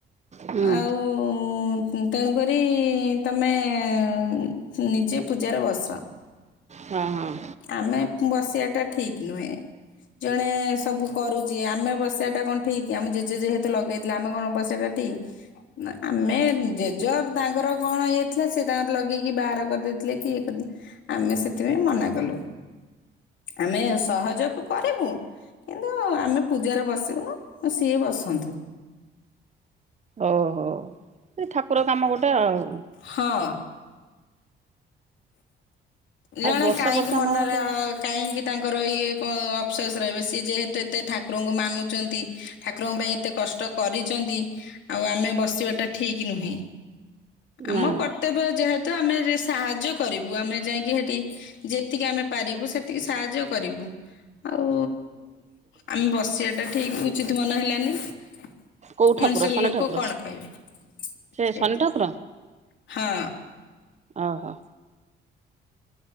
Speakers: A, on the right; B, on the left.
A: ହୁଁ
B: ଆଉ ଉଁ ତେଣୁ କରି ତମେ ନିଜେ ପୂଜାରେ ବସ।
A: ହଁ ହଁ।
B: ଆମେ ବସିବା ଟା ଠିକ୍ ନୁହେଁ ଜଣେ ସବୁ କରୁଚି ଆମେ ବସିବା ଟା କଣ ଠିକ୍ ଆମ ଜେଜେ ଯେହେତୁ ଲଗେଇଥିଲେ ଆମେ କଣ ବସିବା ଟା କଣ ଠିକ୍? ନା ଆମେ ଜେଜର୍ ତାଙ୍କର କଣ ଇଏ ଥିଲା ସେ ତାଙ୍କର ଲଗେଇକି ବାହାର କରିଦେଇଥିଲେ କି ଇଏ କରି ଆମେ ସେଥିପାଇଁ ମନା କଲୁ ଆମେ ସହଯୋଗ କରିବୁ। କିନ୍ତୁ ଆମେ ପୂଜାରେ ବସିବୁନୁ ଅ ସିଏ ବସନ୍ତୁ।
A: ଓହୋ <inaudible> ସେ ଠାକୁର କାମ ଗୋଟେ ଆଉ
B: ହଁ ଜଣେ
A: ଆଉ ବର୍ଷା
B: କାହିଁକି
A: ଫର୍ଷା
B: ମନରେ
A: ନହୁଅନ୍ତା କି
B: କାହିଁକି ତାଙ୍କର ଇଏ କଣ ଅଫସ୍ସ ରହିବେ, ସିଏ ଯେହେତୁ ଏତେ ଠାକୁରଙ୍କୁ ମାନୁଚନ୍ତି ଠାକୁରଙ୍କ ପାଇଁ ଏତେ କଷ୍ଟ କରିଚନ୍ତି ଆଉ ଆମେ ବସିବାଟା ଠିକ୍ ନୁହେଁ <inaudible> ଆମ
A: ନା ନା
B: କ ତେବେ ଯେହେତୁ, ଆମେ ଯେ ସାହାଯ୍ୟ କରିବୁ, ଆମେ ଯାଇ ଯେଠି, ଯେତିକି ଆମେ ପାରିବୁ ସେତିକି ସାହାଯ୍ୟ କରିବୁ, <inaudible> ଆଉ ଆମେ ବସିବାଟା ଠିକ୍ ଉଚିତ ମନ ହେଲାନି, <inaudible>
A: କୋଉ ଠାକୁର
B: ମଣିଷ ଲୋକ
A: ଶନି ଠାକୁର
B: କଣ କହିବେ <inaudible>
A: ସେ
B: ସେଥି
A: ଶନି ଠାକୁର?
B: <inaudible> ହଁ
A: ଓ ହୋ